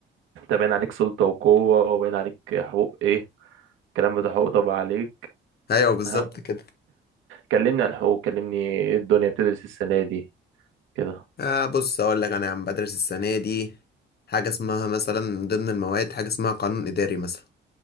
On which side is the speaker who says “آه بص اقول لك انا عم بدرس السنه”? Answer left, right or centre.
Left